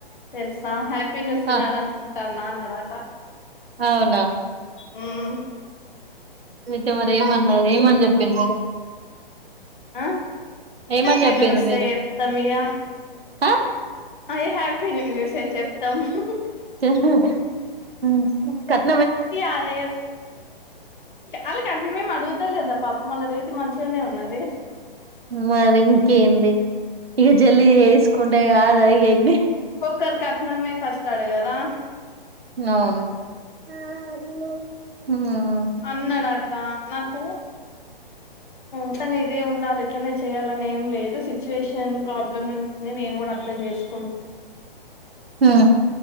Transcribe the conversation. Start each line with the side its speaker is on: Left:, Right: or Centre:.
Left: తెలుసా హ్యాపీ న్యూస్ వినాలి
Right: ఆ
Left: అనుకుంటా. నాన్నాడట
Right: అవునా
Left: మ్!
Right: అయితే మరి ఏమన్నాది? ఏమని చెప్పిను మేడమ్
Left: ఉ
Right: ఏమని
Left: హ్యాపీ
Right: చెప్పిండు
Left: న్యూసే
Right: మీరు
Left: చెప్తామిగ.
Right: ఆ
Left: అదే, హ్యాపీ న్యూసే చెప్తాం. హు హూ.
Right: ఉ ఎ కట్.
Left: అది వాళ్ళు కత్నమేం అడుగుతా లేదా పాపం వాళ్ళ రీతి మంచిగా. నే ఉన్నది.
Right: మరి ఇంకేంది. ఇక జల్లి జేసుకుంటే కాదు ఇక ఎన్
Left: ఒకర్ కట్నమే ఫస్ట్ అడిగారా
Right: అవును.
Left: అన్నాడాత్తా నాకు
Right: అ <inaudible>
Left: ఖచ్చితంగా ఇదే ఉండాలి ఇట్లనే చేయాలని ఏం లేదు. సిచ్యువేషన్, ప్రాబ్లమ్ నేను కూడా అర్థం చేసుకును
Right: హు.